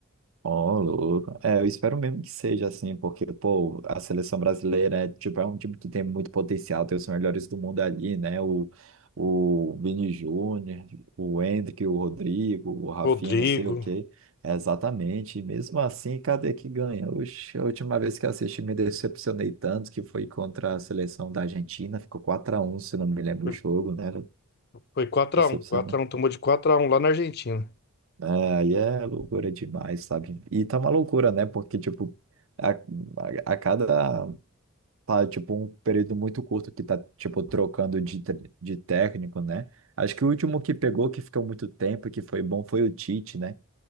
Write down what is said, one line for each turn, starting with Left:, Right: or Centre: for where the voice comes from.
Right: Ó, louco. É, eu espero mesmo que seja assim, porque, pô, a seleção brasileira é, tipo, é um time que tem muito potencial, tem os melhores do mundo ali, né? O, o Vini Júnior, o Endrick, o Rodrigo, o Rafinha,
Left: Rodrigo.
Right: não sei o quê. É, exatamente. E mesmo assim, cadê que ganha? Oxe, a última vez que eu assisti, me decepcionei tanto que foi contra a seleção da Argentina, ficou quatro a um, se não me lembro
Left: Foi,
Right: o jogo, né?
Left: foi 4x1.
Right: Era
Left: 4x1, tomou de quatro a um lá na Argentina.
Right: é, Aí é loucura demais, sabe? E tá uma loucura, né? Porque, tipo, a, a, a cada. Tá, tipo, um período muito curto que tá, tipo, trocando de, tre- de técnico, né? Acho que o último que pegou, que ficou muito tempo e que foi bom, foi o Tite, né?